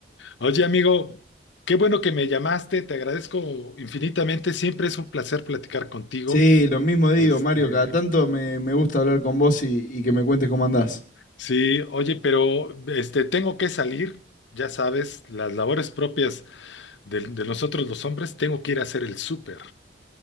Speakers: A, on the left; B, on the left.
A: Oye, amigo, qué bueno que me llamaste, te agradezco infinitamente, siempre es un placer platicar contigo.
B: Sí, lo mismo digo,
A: Este,
B: Mario. Cada tanto me, me gusta hablar con vos y, y que me cuentes cómo andás.
A: sí, oye, pero este, tengo que salir, ya sabes, las labores propias de, de nosotros los hombres, tengo que ir a hacer el súper.